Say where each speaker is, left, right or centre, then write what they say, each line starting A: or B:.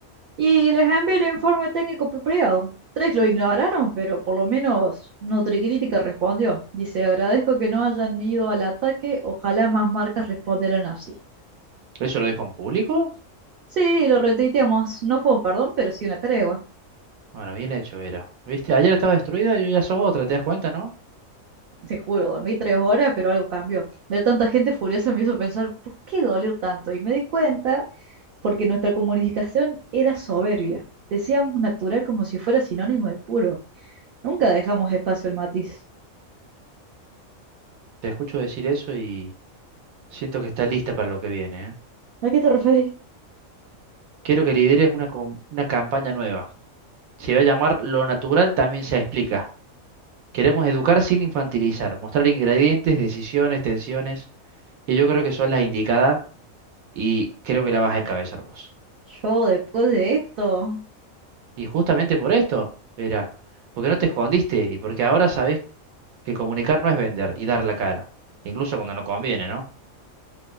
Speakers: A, on the right; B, on the right.
A: Y les envié el informe técnico apropiado. Tres lo ignoraron, pero por lo menos Nutricrítica respondió. Dice, agradezco que no hayan ido al ataque, ojalá más marcas respondieran así.
B: ¿Eso lo dijo en público?
A: Sí, lo retuiteamos. No fue un perdón, pero sí una tregua.
B: Bueno, bien hecho, Vera. ¿Viste? Ayer estaba destruida y hoy ya sos otra, ¿te das cuenta, no?
A: te juro, dormí tres horas, pero algo cambió. Ver tanta gente furiosa me hizo pensar, ¿por qué dolió tanto? Y me di cuenta porque nuestra comunicación era soberbia. Decíamos natural como si fuera sinónimo de puro. Nunca dejamos espacio al matiz.
B: Te escucho decir eso y siento que está lista para lo que viene, ¿eh?
A: ¿A qué te referís?
B: Quiero que lideres una, com- una campaña nueva. Se va a llamar Lo natural también se explica. Queremos educar sin infantilizar, mostrar ingredientes, decisiones, tensiones, y yo creo que son las indicadas y creo que la vas a encabezar vos.
A: Yo después de esto.
B: Y justamente por esto, Vera, porque no te escondiste y porque ahora sabés que comunicar no es vender y dar la cara, incluso cuando no conviene, ¿no?